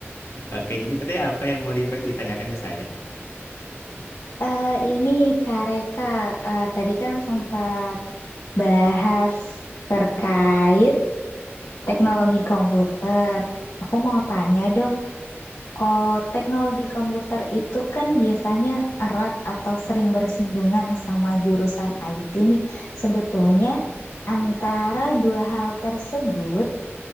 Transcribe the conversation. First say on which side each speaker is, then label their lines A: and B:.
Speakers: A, on the left (about 65°); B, on the left (about 85°).
A: oke jadi teteh apa yang mau dipe- ditanyakan ke saya
B: Eh, ini Kak Reka, eh, tadi kan sempat bahas terkait teknologi komputer. Aku mau tanya dong, Oh, teknologi komputer itu kan biasanya erat atau sering bersinggungan sama jurusan IT nih. Sebetulnya antara dua hal tersebut